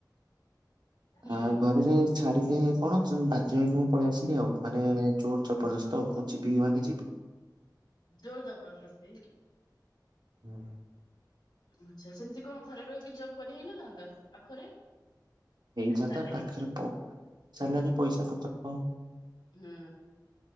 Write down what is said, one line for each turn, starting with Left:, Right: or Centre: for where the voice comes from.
Left: ହୁଁ
Right: ଆ ଘରେ ଯାଇ ଛାଡିଲେ କଣ ବାଧ୍ୟ ହେଇକି ମୁଁ ପଳେଇ ଆସିଲି ଆଉ ମାନେ ଜୋର ଜବରଦସ୍ତ ତଉ ମୁଁ ଯିବିି ମାନେ ଯିବି।
Left: ଜୋର ଜବରଦସ୍ତି।
Right: ହୁଁ।
Left: ଆଚ୍ଛା। ସେମିତି କଣ ଘରେ ରହିକି ଜବ୍ କରି ହେଇନଥାନ୍ତା ପାଖରେ?
Right: ହେଇଥାନ୍ତା
Left: ସାଲେରୀ
Right: ପାଖରେ ପ ସାଲାରୀ ପଇସା ପତ୍ର କ
Left: ହୁଁ।